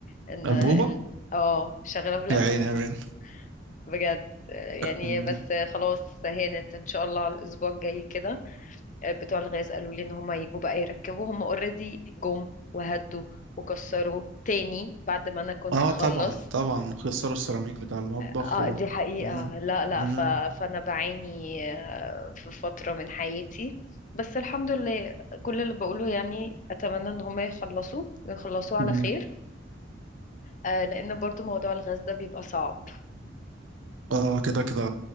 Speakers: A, on the left; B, on the right.
A: ان
B: أنبوبة
A: ال- اه شغالة بالأنبوبة
B: يا عيني يا بنت
A: بجد يعني
B: مم.
A: بس خلاص هانت ان شاء الله على الاسبوع الجاي كده بتوع الغاز قالوا لي ان هم يجوا بقى يركبوا هم اوريدي جم وهدوا وكسروا تاني بعد ما انا كنت
B: اه
A: خلصت
B: طبعا طبعا خسروا السيراميك بتاع المطبخ
A: اه
B: و
A: دي حقيقة
B: مم.
A: لا لا
B: مم.
A: ف... فانا بعاني آه، في فترة من حياتي بس الحمد لله كل اللي بقوله يعني اتمنى ان هم يخلصوا ويخلصوا على
B: مم.
A: خير آه، لان برضو موضوع الغاز ده بيبقى صعب
B: اه كده كده